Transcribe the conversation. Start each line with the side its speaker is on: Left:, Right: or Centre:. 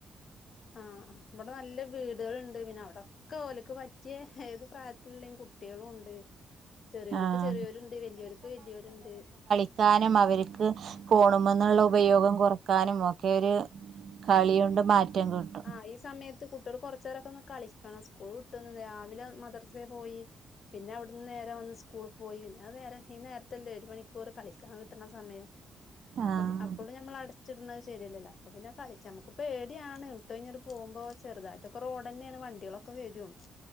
Left: ആഹ് ഇവടെ നല്ല വീടേള്ണ്ട് പിന്ന അവിട ക്കോല്ക്ക് പറ്റ്യെ ഏത് പ്രായത്തില്ള്ളേം കുട്ടീളുണ്ട് ചെറിയോർക്ക്
Right: ആഹ്
Left: ചെറിയോര്ണ്ട് വല്യോർക്ക് വല്യോര്ണ്ട്
Right: ക്കാനും അവര്ക്ക് ഫോണ് മെ ന്ന്ള്ള ഉപയോഗം
Left: ആഹ്
Right: കൊറക്കാനും ഒക്കെ ഓര് കളിയോണ്ട് മാറ്റം കിട്ടും
Left: ആ ഈ സമയത്ത് കുട്ടികൾ കൊറ ചേരൊക്കെ ഒന്ന് കളിക്കണം സ്കൂൾ വിട്ടുന്ന് രാവിലെ മദർസെ പോയി പിന്നവിട്ന്ന് നേരെ വന്ന് സ്കൂള് പോയി പിന്നത് നേരം ഈ നേരത്തല്ലേ ഒരു മണിക്കൂർ കളിക്കാൻ കിട്ട്ണ സമയം അപ്പൊ
Right: ആഹ്
Left: അപ്പളും ഞമ്മളടച്ചിട്ണത് ശരിയല്ലല്ല അപ്പ പിന്നെ കളിച്ച നമ്മക്ക് പേടിയാണ് വിട്ടഴിഞ്ഞിട്ട് പോവുമ്പൊ ചെറുതായിട്ടൊക്കെ റോഡെന്നേണ് ണ് വണ്ടിയളൊക്ക വരും